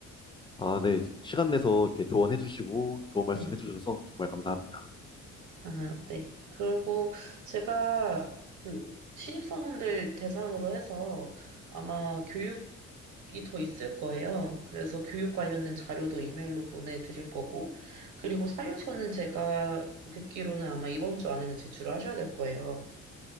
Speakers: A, on the left (about 15°); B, on the right (about 85°).
A: 아, 네, 시간 내서 이렇게 조언해 주시고 좋은
B: 네,
A: 말씀 해 주셔서 정말 감사합니다.
B: 아, 네. 그리고 제가 그 신입사원들 대상으로 해서 아마 교육이 더 있을 거예요. 그래서 교육 관련된 자료도 이메일로 보내드릴 거고, 그리고 사유서는 제가 듣기로는 아마 이번 주 안에는 제출을 하셔야 될 거예요.